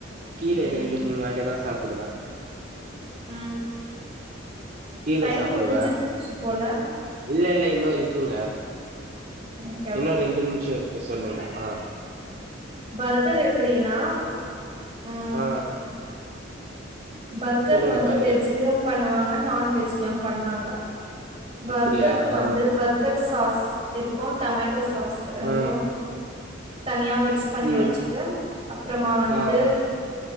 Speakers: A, on the right; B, on the right.
A: கீரே ரெண்டு மூணு வக தா சாப்டுவே
B: ம்
A: கீர
B: டைம்
A: சாப்டுவே
B: முடிஞ்சிடுச்சு போல
A: இல்ல இல்ல இன்னு இருக்குங்க
B: ஓகே ஓகே
A: இன்னு ரெண்டு நிமிஷோ இருக்கு சொல்லுங்க அ
B: பர்கர் எப்டினா ம்
A: ஆ
B: பர்கர்
A: சொல்லுங்க
B: வந்து
A: பார்கவி
B: வெஜ்லெயு பண்ணுவாங்க நான்வெஜ்லெயு பண்ணுவாங்க பர்கர்க்கு
A: அப்டியா
B: வந்து
A: ஆ
B: பர்க் பர்கர் சாஸ் இருக்கு டமேட்டோ சாஸ் ரெண்டு
A: ஆ
B: தனியா மிக்ஸ் பண்ணி
A: ம்
B: வெச்சுட்டு அப்பறமா வந்து
A: ஆ